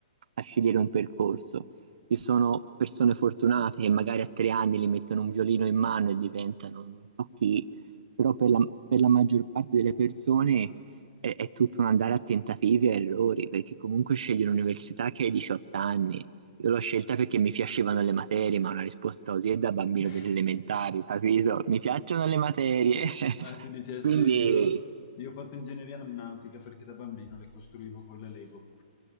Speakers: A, on the right; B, on the left.
A: a scegliere un percorso? Ci sono persone fortunate che magari a tre anni le mettono un violino in mano e diventano non so chi, però per la, per la maggior parte delle persone è, è tutto un andare a tentativi e errori, perché comunque scegli un'università che hai 18 anni io l'ho scelta perché mi piacevano le materie, ma una risposta così è da bambino
B: <laughs>
A: delle elementari, capito? Mi piacciono le materie. <laughs>
B: Ah, ti dicessi,
A: Quindi,
B: io, io ho fatto ingegneria aeronautica perché da bambino le costruivo con le Lego.